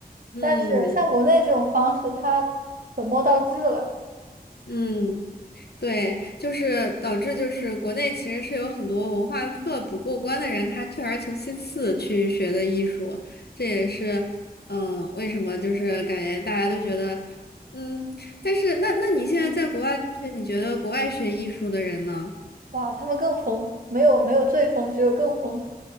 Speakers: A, on the left; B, on the right.
A: 嗯。
B: 但是像国内这种方式，它本末倒置了，
A: 嗯对，就是导致就是国内其实是有很多文化课不过关的人，他退而求其次去学的艺术，这也是嗯为什么就是感觉大家都觉得嗯，但是那那你现在在国外留学，
B: 嗯，
A: 你觉得国外学艺术的人呢？
B: 哇，他们更疯，没有没有最疯，只有更疯。